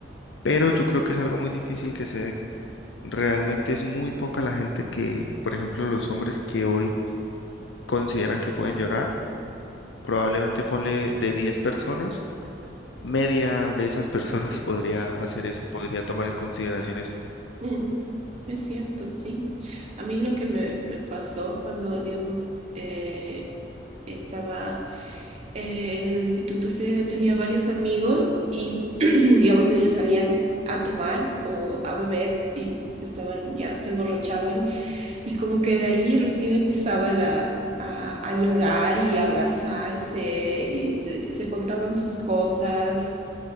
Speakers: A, on the left; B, on the right.
A: Pero yo creo que es algo muy difícil que se dé. Realmente es muy poca la gente que, por ejemplo, los hombres que hoy consideran que pueden llorar, probablemente ponle de 10 personas, media de esas personas <laughs> podría hacer eso, podría tomar en consideración eso.
B: Ujú. Es cierto, sí. A mí lo que me, me pasó cuando, digamos, eh, estaba eh, en el instituto ese tenía varios amigos y, <clears throat> digamos, ellos salían a tomar o a beber y estaban ya, se emborrachaban y como que de ahí recién empezaban a, a, a llorar y a abrazarse y se, se contaban sus cosas.